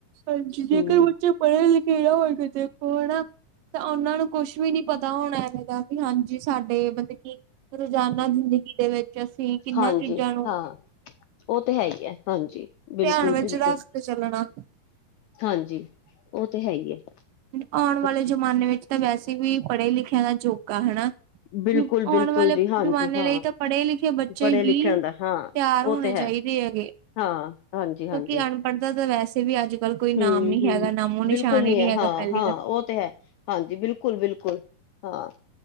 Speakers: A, on the right; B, on the left.
A: ਹਾਂਜੀ ਜੇਕਰ
B: ਹੂੰ
A: ਬੱਚੇ ਪੜ੍ਹੇ ਲਿਖੇ ਨਾ ਹੋਣਗੇ, ਦੇਖੋ ਹਨਾ ਤਾਂ ਉਹਨਾਂ ਨੂੰ ਕੁਛ ਵੀ ਨੀ ਪਤਾ ਹੋਣਾ, ਐਵੇਂ ਦਾ ਵੀ ਹਾਂਜੀ ਸਾਡੇ ਮਤਲਬ ਕੀ ਰੋਜ਼ਾਨਾ ਜ਼ਿੰਦਗੀ ਦੇ ਵਿੱਚ ਅਸੀਂ ਕਿਨਾਂ
B: ਹਾਂਜੀ
A: ਚੀਜ਼ਾਂ ਨੂੰ
B: ਹਾਂ ਉਹ ਤੇ ਹੈ ਹੀ ਹੈ, ਹਾਂਜੀ। ਬਿਲਕੁਲ
A: ਧਿਆਨ ਵਿੱਚ
B: -ਬਿਲਕੁਲ
A: ਰੱਖ ਕੇ ਚੱਲਣਾ।
B: ਹਾਂਜੀ, ਉਹ ਤੇ ਹੈ ਹੀ ਹੈ।
A: ਆਉਣ
B: ਬੱਚੇ
A: ਵਾਲੇ ਜਮਾਨੇ ਵਿੱਚ ਤਾਂ ਵੈਸੇ ਵੀ ਪੜ੍ਹੇ ਲਿਖਿਆ ਦਾ ਜੋੋਕਾ ਹਨਾ,
B: ਬਿਲਕੁਲ-ਬਿਲਕੁਲ
A: ਆਉਣ ਵਾਲੇ
B: ਜੀ ਹਾਂਜੀ
A: ਜਮਾਨੇ
B: ਹਾਂ
A: ਲਈ ਤਾਂ ਪੜੇ ਲਿਖੇ ਕਿ ਬੱਚੇ
B: ਪੜ੍ਹੇ
A: ਹੀ
B: ਲਿਖਿਆਂ ਦਾ ਹਾਂ
A: ਤਿਆਰ
B: ਉਹ
A: ਹੋਣੇ
B: ਤੇ ਹੈ
A: ਚਾਹੀਦੇ ਹੈਗੇ।
B: ਹਾਂ ਹਾਂਜੀ-ਹਾਂਜੀ
A: ਕਿਉਂਕਿ ਅਨਪੜ੍ਹ ਦਾ ਤਾਂ ਵੈਸੇ ਵੀ ਅੱਜ- ਕੱਲ ਕੋਈ ਨਾਮ
B: ਹੂੰ-ਹੂੰ
A: ਨੀ ਹੈਗਾ, ਨਾਮੋ
B: ਬਿਲਕੁਲ
A: ਨਿਸ਼ਾਨ
B: ਨੀ
A: ਹੀ ਨਹੀਂ
B: ਹੈ
A: ਹੈਗਾ
B: ਹਾਂ-ਹਾਂ
A: ਪਹਿਲੀ ਗੱਲ।
B: ਉਹ ਤੇ ਹੈ, ਹਾਂਜੀ ਬਿਲਕੁਲ- ਬਿਲਕੁਲ ਹਾਂ,